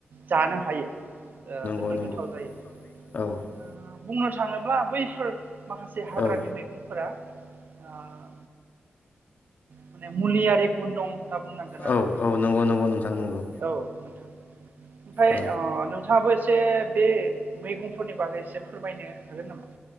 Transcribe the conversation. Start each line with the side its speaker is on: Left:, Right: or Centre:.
Right: जानो हायो। ओ जोबोद
Left: नंगौ नंगौ
Right: गोथाव जायो। ओ
Left: औ
Right: बुंनो थाङोब्ला बैफोर माखासे हाग्रानि
Left: औ
Right: मैगंफोरा ओ माने मुलियारि गुन दं होनना बुंनांगोन आरो
Left: औ
Right: बेखौ।
Left: औ नंगौ नंगौ नोंथां नंगौ
Right: औ नोंथां। ओमफ्राय
Left: औ
Right: अ नोंथाङाबो एसे बे मैगंफोरनि बागै एसे फोरमायनो हागोन नामा?